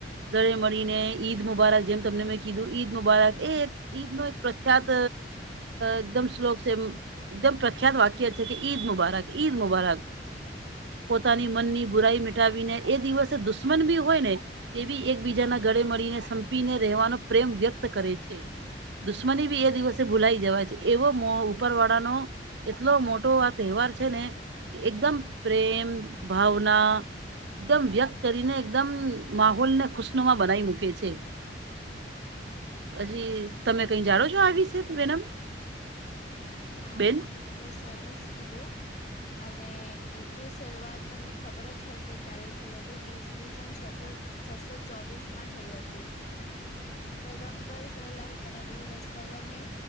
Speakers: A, on the right; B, on the left.
A: ગળે મળીને, ઈદ મુબારક, જેમ તમને મેં કીધું, ઈદ મુબારક એ એક ઈદનો એક પ્રખ્યાત, એકદમ શ્લોક છે. એકદમ પ્રખ્યાત વાક્ય છે કે, ઈદ મુબારક, ઈદ મુબારક! પોતાની મનની બુરાઈ મટાવીને, એ દિવસે દુસ્મન બી હોય ને, એ બી એકબીજાના ગળે મળીને, સંપીને રહેવાનો, પ્રેમ વ્યક્ત કરે છે દુશ્મની બી એ દિવસે ભૂલાઈ જવાય છે, એવો મોહ ઉપરવાળાનો એટલો મોટો આ તહેવાર છે ને, એકદમ પ્રેમ, ભાવના એકદમ વ્યક્ત કરીને, એકદમ માહોલને ખુશનુમા બનાવી મૂકે છે. હજી તમે કઈ જાણો છો? આ વીશે? મેડમ
B: હા,
A: બેન
B: તમે ખુબ જ સરસ કીધું. અને ઈદ ની સરૂઆત તમને ખબર જ હસે, ક્યારે થઈ હતી? ઈસ વિસન છસો છસો ચોવીસમાં થઈ હતી. પયગમ્બર સલાહુતલાલીવત્સલમે